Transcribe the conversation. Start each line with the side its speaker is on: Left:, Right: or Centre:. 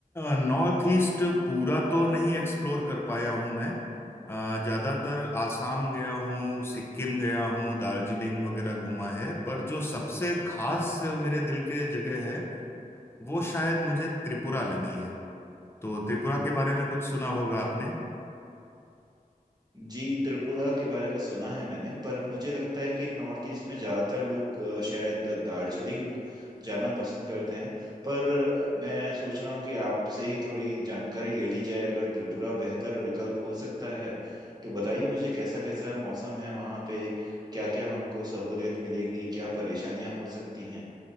Left: नॉर्थ ईस्ट पूरा तो नहीं एक्सप्लोर कर पाया हूँ मैं अ, ज़्यादातर आसाम गया हूँ सिक्किम गया हूँ दार्जिलिंग वगैरह घूमा है पर जो सबसे खास मेरे दिल के जगह है वो शायद मुझे त्रिपुरा लगी है तो त्रिपुरा के बारे में कुछ सुना होगा आपने
Right: जी त्रिपुरा के बारे में सुना है मैंने पर मुझे लगता है कि नॉर्थ ईस्ट में ज़्यादातर लोग अ, शायद दार्जिलिंग जाना पसंद करते हैं पर अ, मैं सोच रहा हूँ कि आपसे ही थोड़ी जानकारी ले ली जाए अगर त्रिपुरा बेहतर विकल्प हो सकता है तो बताइए मुझे कैसा कैसा मौसम है वहाँ पे क्या क्या हमको सहूलियत मिलेगी क्या परेशानियाँ हो सकती हैं